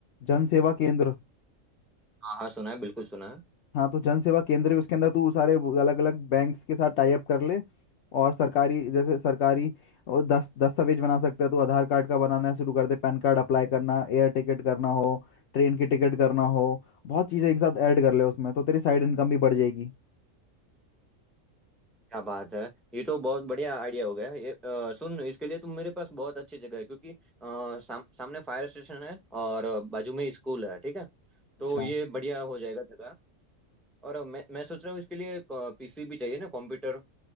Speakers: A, on the left; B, in the centre.
A: जन सेवा केंद्र
B: हाँ हाँ सुना है बिल्कुल सुना है
A: हाँ तो जन सेवा केंद्र भी उसके अंदर तू सारे अलग अलग बैंक्स के साथ टाई अप कर ले और सरकारी जैसे सरकारी वो दस दस्तावेज बना सकते हैं तो आधार कार्ड का बनाना शुरू कर दे पैन कार्ड अप्लाई करना एयर टिकट करना हो ट्रेन की टिकट करना हो बहुत चीज़ें एक साथ ऐड कर ले उसमें तो तेरी साइड इनकम भी बढ़ जाएगी
B: क्या बात है ये तो बहुत बढ़िया आइडिया हो गया ये अ, सुन इसके लिए तुम मेरे पास बहुत अच्छी जगह है क्योंकि अ, साम, सामने फायर स्टेशन है और बाजू में स्कूल है ठीक है तो
A: अच्छा
B: ये बढ़िया हो जाएगा जगह और मैं मैं सोच रहा हूँ इसके लिए पीसी भी चाहिए ना कंप्यूटर